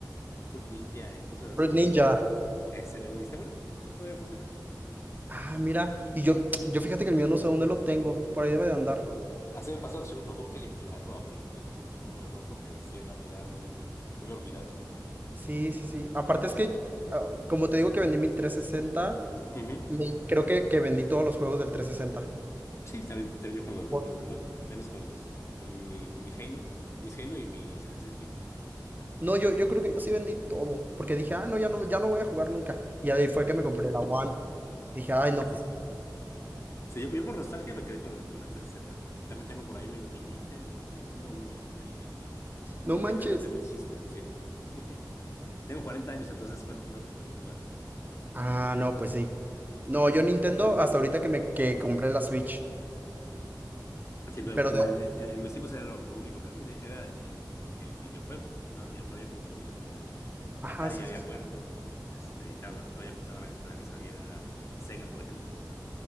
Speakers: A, on the left; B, on the right.
A: Fruit Ninja y cosas así.
B: Fruit Ninja.
A: Ese mero, y está bueno, todavía funciona.
B: Ah, mira, y yo, yo fíjate que el mío no sé dónde lo tengo, por ahí debe de andar.
A: Así me pasó, se lo, lo tuve que limpiar, lo abrí, le quité el polvo y demás porque sí andaba ya muy, muy olvidado.
B: Sí, sí, sí. Aparte es que, ah, como te digo que vendí mi 360,
A: Ujú.
B: me- creo que, que vendí todos los juegos del 360.
A: Sí, también, también yo con los de,
B: Por-
A: con los de WAP, menos con los, con mi, con mi Halo, mis Halo y mis Assassin's Creed.
B: No, yo, yo creo que yo sí vendí todo, porque dije, ah, no, ya no, ya no voy a jugar nunca. Y ahí fue que me compré la One. Dije, ay, no, pues,
A: Sí, yo, yo por nostalgia me quedé con el, con el 360. También tengo por ahí mi, mi Nintendo, Nintendo uno, ¿eh? El, el Nintendo
B: no manches.
A: Entertainment System, sí. <laughs> Tengo 40 años, entonces fue lo primero que me tocó jugar.
B: Ah, no, pues sí. No, yo Nintendo hasta ahorita que me que compré la Switch.
A: Sí, pero
B: Pero
A: en,
B: de...
A: mi- en mis tiempos era lo, lo único que había, era el, el- el videojuego, no había, no había como mucha competencia.
B: Ajá,
A: Atari
B: sí,
A: ya había
B: sí. sí.
A: muerto, este, y tarda- todavía faltaban años para que saliera Sega, por ejemplo.